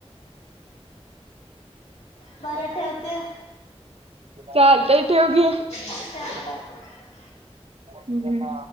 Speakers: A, on the left (about 85°); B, on the right (about 60°).
A: <inaudible> बरे ठेवते.
B: चालतय ठेव घे.
A: <unintelligible>
B: हम्म.